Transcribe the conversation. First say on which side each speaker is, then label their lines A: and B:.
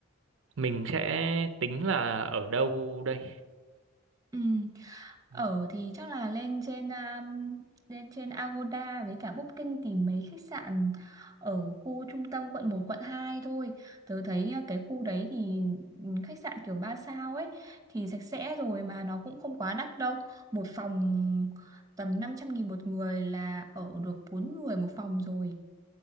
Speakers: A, on the right; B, on the right.
A: mình sẽ tính là ở đâu đây?
B: Ừ. Ở
A: Ừ,
B: thì chắc là lên trên um, lên trên Agoda với cả Booking tìm mấy khách sạn ở khu trung tâm quận một quận 2 thôi. Tớ thấy uh, cái khu đấy thì ừ, khách sạn kiểu 3 sao ấy thì sạch sẽ rồi mà nó cũng không quá đắt đâu. Một phòng tầm năm trăm nghìn một người là ở được 4 người một phòng rồi.